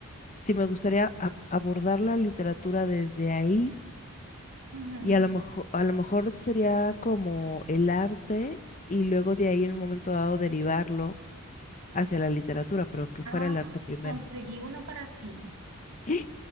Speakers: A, on the left; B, on the right.
A: si me gustaría ab- abordar la literatura desde ahí
B: ujú.
A: y a lo mejor, a lo mejor sería como el arte y luego de ahí en un momento dado derivarlo hacia la literatura, pero que
B: Ah,
A: fuera el arte primero.
B: conseguí uno para ti.
A: ¡Ah!